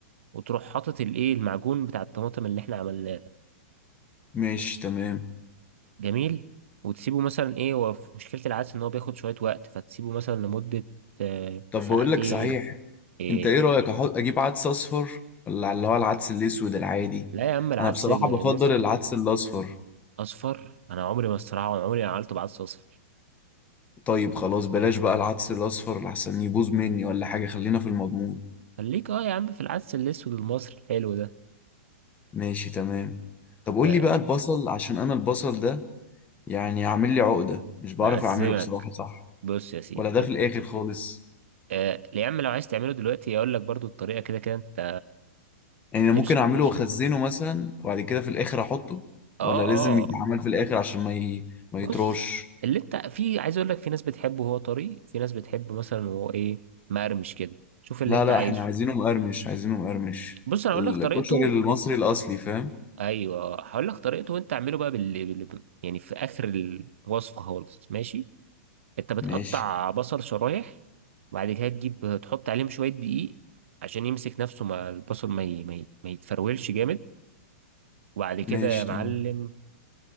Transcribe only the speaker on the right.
وتروح حاطط الايه المعجون بتاع الطماطم اللي احنا عملناه
جميل وتسيبه مثلا ايه هو في مشكلة العدس ان هو بياخد شوية وقت فتسيبه مثلا لمدة آه،
ساعتين
ايه
لا يا عم العدس
الاسود
اصفر انا عمري ما الصراحة عمري ما عملته بعدس اصفر
خليك اه يا عم في العدس الاسود المصري الحلو ده
آه،
مأزمك
بص يا سيدي
إن-
آه، يا عم لو عايز تعمله دلوقتي اقول لك برضو الطريقة كده كده انت
هتمشي
هتمشي
بالترتيب
اه
اه
بص
اللي انت في عايز اقول لك في ناس بتحبه وهو طري في ناس بتحب مثلا وهو ايه مقرمش كده شوف اللي
انت
عايزه
بص انا
هقول لك طريقته
ايوه هقول لك طريقته وانت اعمله بقى بال... بال... يعني في اخر الوصفه خالص ماشي انت بتقطع
بصل شرايح وبعد كده تجيب تحط عليهم شويه دقيق عشان يمسك نفسه مع البصل ما ي... ما, ي... ما يتفرولش جامد وبعد كده
يا معلم